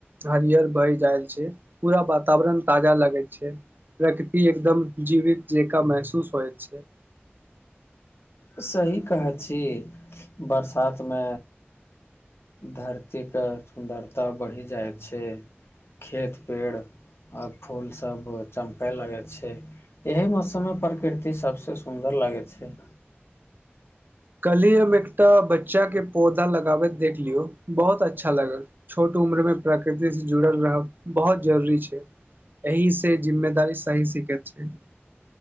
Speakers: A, on the right; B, on the left.
A: हरियर बहि जाय छै पूरा वातावरण ताजा लगे छै प्रकृति एकदम जीवित जंका महसूस होइत छै
B: सही कहै छी बरसातमे धरतीके सुन्दरता बढ़ि जाइ छै खेत पेड़ आ फूलसभ चमकय लगै छै एहि मौसममे प्रकृति सभसँ सुन्दर लागै छै
A: कालिह हम एकटा बच्चा के पौधा लगाबैत देख लियौ बहुत अच्छा लागल छोट उम्र मे प्रकृति से जुड़ल रहब बहुत जरूरी छै एहि से जिम्मेदारी सही सीखैत छै